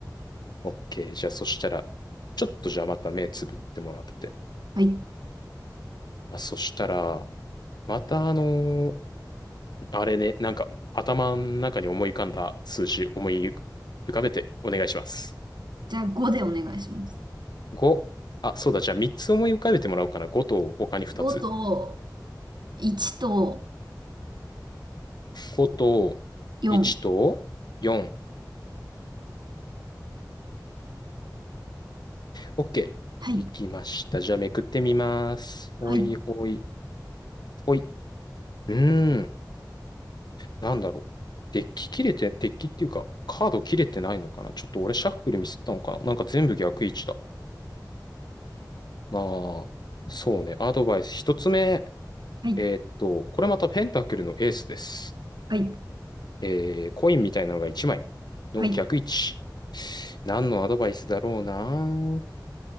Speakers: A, on the left; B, on the right.
A: OK。じゃあそしたら、ちょっとじゃあまた目つぶってもらって。
B: はい。
A: まあ、そしたら、またあのーあれね、なんか頭の中に思い浮かんだ数字思い浮かべてお願いします。
B: じゃあごでお願いします。
A: 5、あ、そうだ、じゃあ3つ思い浮かべてもらおうかな。5と他に2つ。
B: 5と1と
A: 5と1と4。
B: 4。
A: OK。
B: はい。
A: いきました。じゃあめくってみます。ほいほい
B: はい。
A: ほい。うーん、なんだろう。デッキ切れて、デッキっていうか、カード切れてないのかな。ちょっと俺シャッフルミスったのかな。なんか全部逆位置だ。まあ、そうね。アドバイス。1つ目。
B: はい。
A: えーっと、これまたペンタクルのエースです。
B: はい。
A: えー、コインみたいなのが1枚の逆位置。
B: はい。
A: 何のアドバイスだろうな。